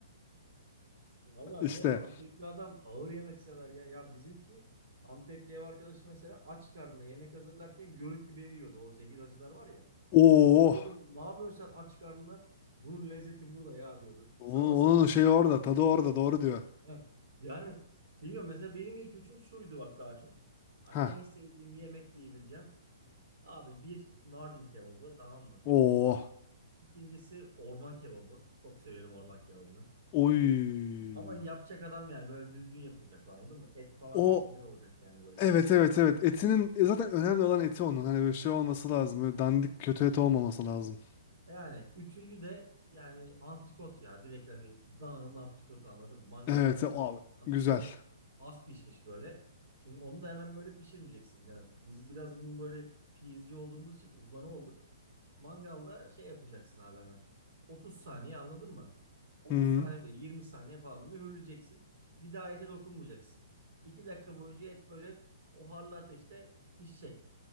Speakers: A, on the right (about 55°); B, on the left (about 30°).
A: Vallahi
B: <laughs> işte
A: bir Antepli adam ağır yemek sever ya. Ya bizimki Antepli ev arkadaşı mesela aç karnına yemek hazırlarken yörük biberi yiyordu. O zehir acılar var ya.
B: Oo.
A: Onu diyordum ne yapıyorsun sen aç karnına? Bunun lezzeti burada ya diyordu.
B: onun,
A: Sabah
B: onun
A: sabah kaynatacak
B: şey orada
A: gibi
B: tadı
A: geliyordu.
B: orada doğru diyor.
A: Heh. Yani bilmiyorum mesela benim ilk üçüm şuydu bak daha çok. Hani
B: Ha.
A: en sevdiğim yemek diyebileceğim. Abi bir Mardin kebabı tamam mı?
B: Oo.
A: İkincisi orman kebabı. Çok severim orman kebabını.
B: Oy.
A: Ama yapacak adam yani böyle düzgün yapılacak anladın mı? Et falan
B: O
A: çok güzel olacak yani böyle.
B: Evet evet evet etinin e, zaten önemli olan eti onun hani böyle şey olması lazım böyle dandik kötü et olmaması lazım.
A: E Yani üçüncü de yani antrikot ya. Direkt hani dananın antrikotu anladın mı? Mangalda
B: Evet e, abi
A: antrikot.
B: güzel.
A: Az pişmiş böyle. Şimdi onu da hemen böyle pişirmeyeceksin birader. Biz biraz bunun böyle pizci olduğumuz için uzmanı olduk. Mangalda şey yapacaksın abi hemen. 30 saniye anladın mı? 30
B: Hı hı.
A: saniye 20 saniye falan mühürleyeceksin. Bir daha ete dokunmayacaksın. 2 dakika boyunca et böyle o harlı ateşte pişecek.